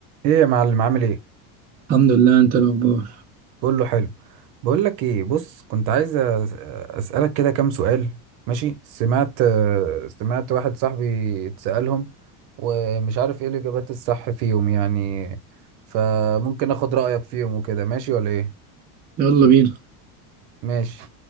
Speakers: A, on the right; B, on the right.
A: ايه يا معلم عامل ايه
B: الحمد لله انت الاخبار
A: كله حلو بقول لك ايه بص كنت عايز أس- اسالك كده كام سؤال ماشي سمعت سمعت واحد صاحبي اتسالهم ومش عارف ايه الاجابات الصح فيهم يعني فممكن اخد رايك فيهم وكده ماشي ولا ايه
B: يلا بينا
A: ماشي